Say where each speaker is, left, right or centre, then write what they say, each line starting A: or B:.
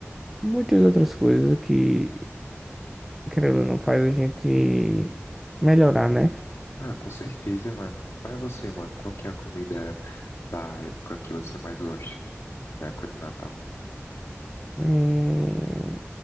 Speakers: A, in the centre; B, on the left.
A: muitas outras coisas que, querendo ou não, faz a gente melhorar, né?
B: Ah, com certeza, mano. Vai você, mano. Qual que é a comida da época que você mais gosta? Da época do Natal?
A: Hum,